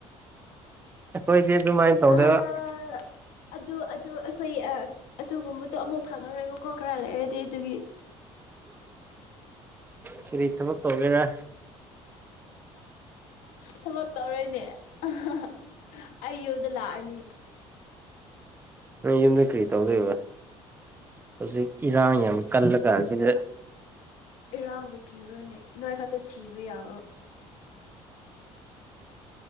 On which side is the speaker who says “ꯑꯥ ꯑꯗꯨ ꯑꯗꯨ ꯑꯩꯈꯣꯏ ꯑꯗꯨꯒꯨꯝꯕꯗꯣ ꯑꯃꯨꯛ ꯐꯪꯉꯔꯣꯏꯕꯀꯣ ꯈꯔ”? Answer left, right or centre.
Left